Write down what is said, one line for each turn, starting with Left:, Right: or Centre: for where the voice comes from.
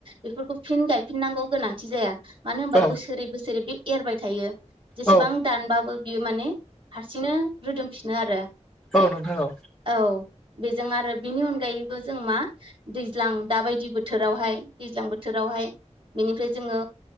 Right: बेफोरखौ फिन गायफिननांगौ गोनांथि जाया। मानो होनोमबा
Centre: औ
Right: बोसोरै बोसोरै बे एरबाय थायो जेसेबां
Centre: औ
Right: दानबाबो बियो माने हारसिंनो रोदोमफिनो आरो।
Centre: औ नोंथां औ
Right: औ बेजों आरो बिनि अन अनगायैबो जों मा दैज्लां दाबायदि बोथोरावहाय दैज्लां बोथोरावहाय बेनिफ्राय जोङो